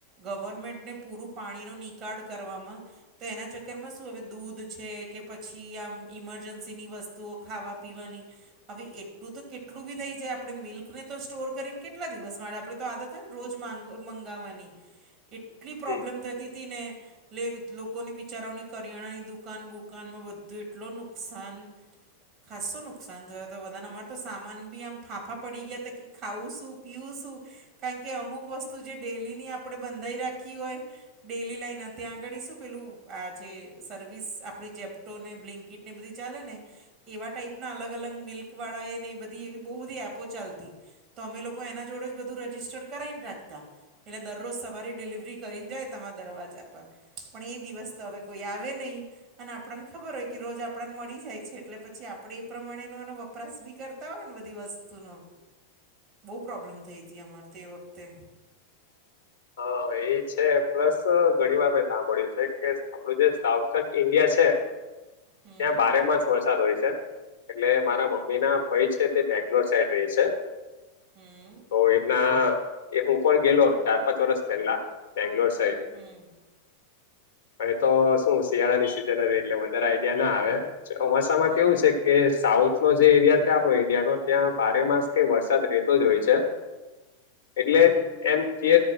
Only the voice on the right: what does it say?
ગવર્મેન્ટને પૂરું પાણીનો નિકળ કરવામાં- તો એના ચક્કરમાં શું હવે દૂધ છે કે પછી આમ ઈમરજન્સીની વસ્ તો, ખાવા પીવાની- હવે, એટલું તો કેટલું બી થઈ જાય, આપડે મિલ્ક ને તો સ્ટોર કરીને, કેટલા દિવસ માટે આપણે- તો, આદત હોય ને, રોજ મંગાવવાની, એટલી પ્રોબ્લેમ
થતી હતી ને- એટલે, લોકોની બિચારાઓની, કરિયાણાની દુકાન બુકાનમાં બધો એટલો નુકશાન- ખાસ્સુ નુકસાન - -તો તો બધાને, અમાર તો સામાન બી આમ ફાંફા પડી ગયા હતા કે ખાવું શું, પીઉું શું? કારણ કે અમુક વસ્તુ જે ડેલીની આપણે બંધાઈ રાખી હોય. ડેલી લઈને ત્યાં આગળ શું પેલું આ જે સર્વિસ આપણી જેબ તો ને બ્લકીટ ને બધી ચાલે ને એવા ટાઈપના અલગ અલગ મિલ્ક વાળા એ ને બધી એવી બો બધી એપો ચાલતી તમે લોકો એના જોડે જ બધું રજિસ્ટર્ડ કરાવને રાખતા એટલે દરરોજ સવારે ડિલિવરી કરીને જાય તમા દરવાજા પર પણ એ દિવસ તો હવે કોઈ આવે નહી અને આપણાને ખબર હોય, કે રોજ આપણાન મળી જાય છે. એટલે પછી આપણેે એ પ્રમાણેનોન પણ વપરાશ બી કરતા હોય ને બધી વસ્તુનો. બહુ પ્રોબ્લેમ થઈ તી અમાર તે વખતે
હમ
હમ
હું
હમ